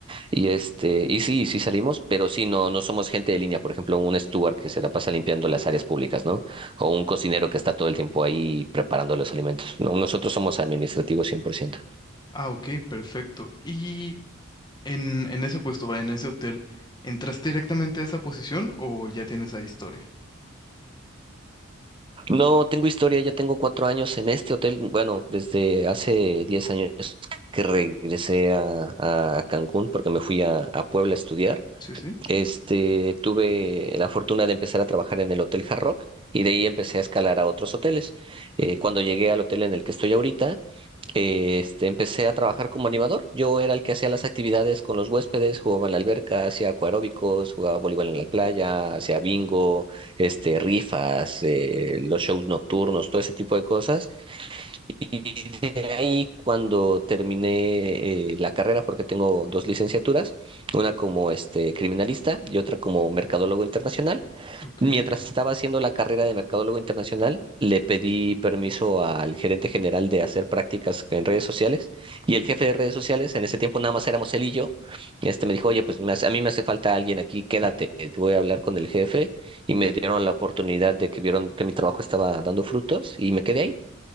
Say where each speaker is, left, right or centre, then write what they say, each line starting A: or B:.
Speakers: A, on the right; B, on the left.
A: Y este, y sí, sí salimos, pero sí no, no somos gente de línea, por ejemplo, un steward que se la pasa limpiando las áreas públicas, ¿no? O un cocinero que está todo el tiempo ahí preparando los alimentos. No, nosotros somos administrativos cien por ciento
B: Ah, ok, perfecto. ¿Y en, en ese puesto, va, en ese hotel, entraste directamente a esa posición o ya tienes ahí historia?
A: No tengo historia, ya tengo cuatro años en este hotel. Bueno, desde hace diez años que regresé a, a Cancún porque me fui a, a Puebla a estudiar.
B: Sí, sí,
A: Este, tuve la fortuna de empezar a trabajar en el Hotel Hard Rock y de ahí empecé a escalar a otros hoteles. Eh, cuando llegué al hotel en el que estoy ahorita, eh, este, empecé a trabajar como animador. Yo era el que hacía las actividades con los huéspedes, jugaba en la alberca, hacía acuaróbicos, jugaba voleibol en la playa, hacía bingo, este, rifas, eh, los shows nocturnos, todo ese tipo de cosas. Y de ahí cuando terminé eh, la carrera, porque tengo dos licenciaturas, una como este, criminalista y otra como mercadólogo internacional,
B: ok.
A: Mientras estaba haciendo la carrera de mercadólogo internacional, le pedí permiso al gerente general de hacer prácticas en redes sociales y el jefe de redes sociales, en ese tiempo nada más éramos él y yo, este me dijo, oye, pues me hace- a mí me hace falta alguien aquí, quédate, eh, voy a hablar con el jefe y me dieron la oportunidad de que vieron que mi trabajo estaba dando frutos y me quedé ahí,